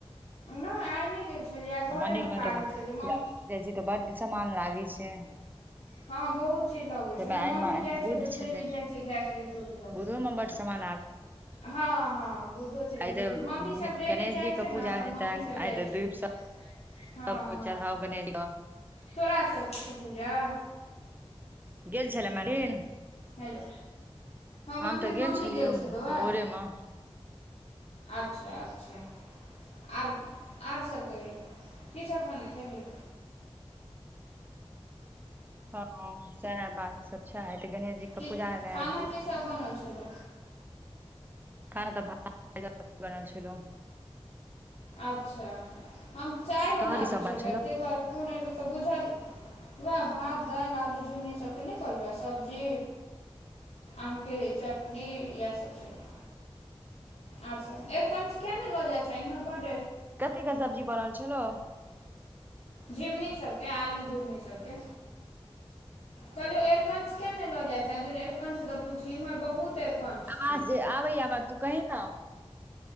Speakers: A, on the left; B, on the right.
A: नहि आइ नहि गेल छलियै आइ घरेमे
B: मन्दिरमे
A: काज
B: तऽ
A: होइ छलै मम्मी
B: जा छी तऽ ब सामान लागी छै
A: हँ बहुत चीज लगैत छैक
B: ताहिमे
A: ओ ने मम्मी
B: आइ
A: जाइत छैक
B: बुध
A: तऽ डेली
B: छलै
A: जाइत छैक गायकेँ दूध लऽ
B: बुधो
A: कऽ
B: बड <unintelligible>
A: हँ हँ बुधो छल
B: आइ तऽ
A: मम्मी सब डेली
B: गणेश
A: जाइत
B: जी के
A: छै
B: पूजा
A: ने तऽ
B: हेतनि
A: मम्मी सब जाइत
B: आइ तऽ
A: छैक
B: दीप सब
A: ह हजार <inaudible> हँ
B: सबके
A: हँ
B: चढ़ाउ गणेश जी के
A: तोरा सब छौ पूजा <inaudible>
B: गेल छल मंदिर
A: हेलो हँ
B: हम
A: मन्दिर
B: तऽ
A: मम्मी
B: छलियै
A: गेल छलहुँ हए
B: भोरे मे
A: अच्छा अच्छा आर आर सभ कही कीसभ खाना खैली
B: हँ सएह बात सब छै तऽ गणेश जी के
A: कि
B: पूजा एनाइ
A: खाना की सब बनल छलै
B: खाना तऽ भात दाल बनल छलौ
A: अच्छा हम चाय बनाबै
B: तरकारी सब
A: छलहुँ
B: बनल छलौ
A: ह ताहि दुआरे फोन एयलहुँ तऽ बुझल वएह भात दालि आलू झिङ्गुनी सबकेँ नहि कहल ह सब्जी आमकेँ चटनी य सब छलै अच्छा एरकनच किए ने ल जाइ छै इमहर बड
B: कथी क सब्जी बनल छलौ
A: झिमनी सभके आलू झिमनी सभके कहलियो एरकंच केिया ने लो जाय छ एरकंच द पूछ इम्हर बहुत अरिकंच छै
B: आ आबैय मे तू कै ने